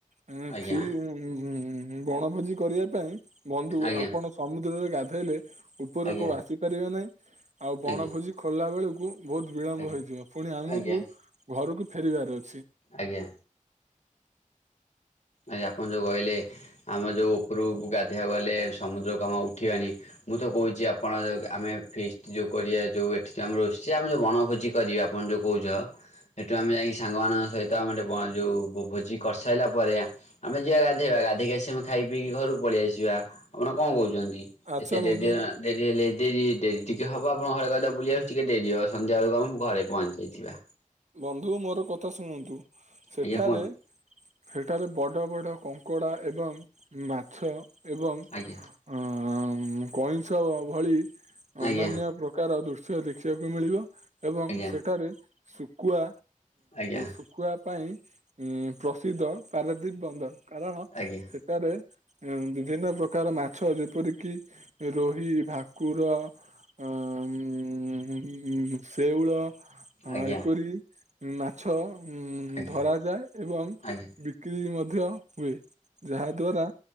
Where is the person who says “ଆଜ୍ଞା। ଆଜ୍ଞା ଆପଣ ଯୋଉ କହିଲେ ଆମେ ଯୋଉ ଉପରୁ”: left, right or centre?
Left